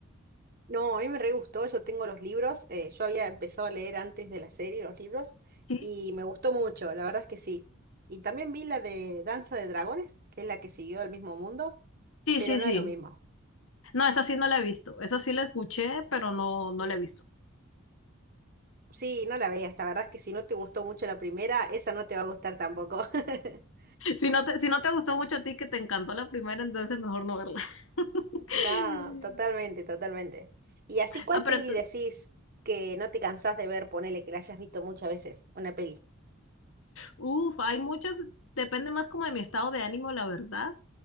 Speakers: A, on the right (about 45°); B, on the left (about 70°).
A: No, a mí me re gustó, yo tengo los libros. eh, yo había empezado a leer antes de la serie los libros
B: Sí.
A: y me gustó mucho, la verdad es que sí. Y también vi la de Danza de Dragones, que es la que siguió al mismo mundo.
B: Sí,
A: pero
B: sí,
A: no
B: sí.
A: es lo mismo.
B: No, esa sí no la he visto. Esa sí la escuché, pero no, no la he visto. <laughs>
A: Sí, no la veas. La verdad es que si no te gustó mucho la primera, esa no te va a gustar tampoco. <laughs>
B: Si no te, si no te gustó mucho a ti, que te encantó la primera, entonces mejor no verla. <laughs>
A: No, totalmente, totalmente. Y así,
B: Ah,
A: ¿cuál
B: pero
A: peli
B: entonces,
A: decís que no te cansás de ver? Ponele que la hayas visto muchas veces, una peli.
B: uff, hay muchas, depende más como de mi estado de ánimo, la verdad.